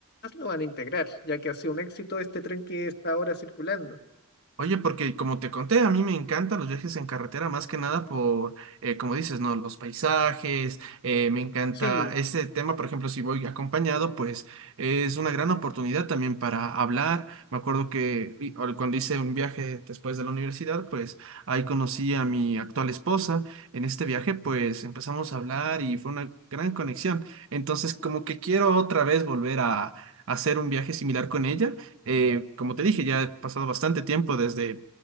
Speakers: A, on the left; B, on the right.
A: lo van a integrar, ya que ha sido un éxito este tren que está ahora circulando.
B: Oye, porque como te conté, a mí me encantan los viajes en carretera, más que nada por, eh, como dices, ¿no? Los paisajes, eh, me encanta
A: Sí,
B: este tema, por ejemplo, si voy acompañado, pues es una gran oportunidad también para hablar. Me acuerdo que y- o cuando hice un viaje después de la universidad, pues ahí conocí a mi actual esposa. En este viaje, pues empezamos a hablar y fue una gran conexión. Entonces, como que quiero otra vez volver a... hacer un viaje similar con ella eh, como te dije, ya ha pasado bastante tiempo desde